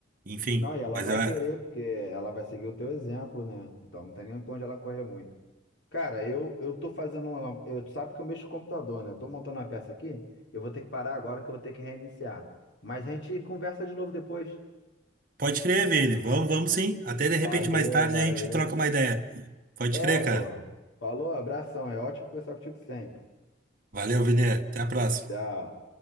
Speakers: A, on the right; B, on the left.
A: enfim.
B: Não, e ela
A: Mas
B: vai
A: ela.
B: querer, porque ela vai seguir o teu exemplo, né? Então não tem nem pra onde ela correr muito. Cara, eu, eu tô fazendo uma. Eu, tu sabe que eu mexo com o computador, né? Eu tô montando uma peça aqui. Eu vou ter que parar agora que eu vou ter que reiniciar. Mas a gente conversa de novo depois.
A: Pode crer, Vini. Vamos, vamos sim. Até de repente
B: Valeu,
A: mais tarde
B: valeu.
A: a gente troca uma ideia. Pode
B: É,
A: crer,
B: pô.
A: cara.
B: Falou, abração. É ótimo conversar contigo sempre.
A: Valeu, Vini. Até a próxima.
B: Tchau.